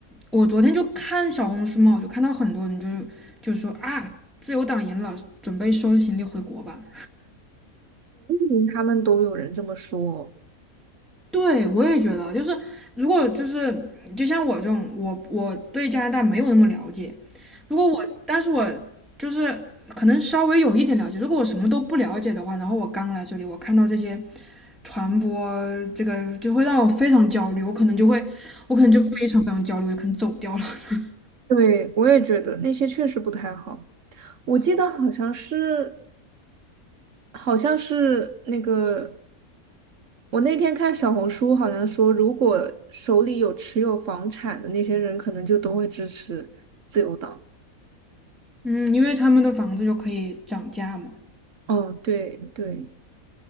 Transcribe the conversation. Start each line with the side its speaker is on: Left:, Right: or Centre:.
Centre: 我昨天就看小红书嘛，我就看到很多人就就说啊，自由党赢了，准备收拾行李回国吧。
Right: 嗯他们都有人这么说。
Centre: 对，我也觉得，就是如果就是就像我这种，我我对加拿大没有那么了解，如果我，但是我就是可能稍微有一点了解，如果我什么都不了解的话，然后我刚来这里，我看到这些传播，这个就会让我非常焦虑，我可能就会，我可能就非常非常焦虑，我就可能走掉了。<laughs>
Right: 对，我也觉得那些确实不太好。我记得好像是，好像是那个，我那天看小红书，好像说，如果手里有持有房产的那些人，可能就都会支持自由党。
Centre: 嗯，因为他们的房子就可以涨价嘛。
Right: 哦，对对，